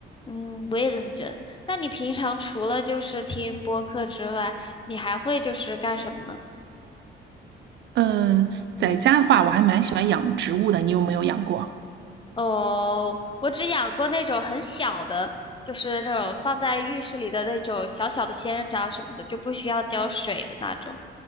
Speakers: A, on the left; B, on the right.
A: 嗯，我也这么觉得。那你平常除了就是听播客之外，你还会就是干什么呢？
B: 嗯，呃，在家的话，我还蛮喜欢养植物的，你有没有养过？
A: 哦，我只养过那种很小的，就是这种放在浴室里的那种小小的仙人掌什么的，就不需要浇水的那种。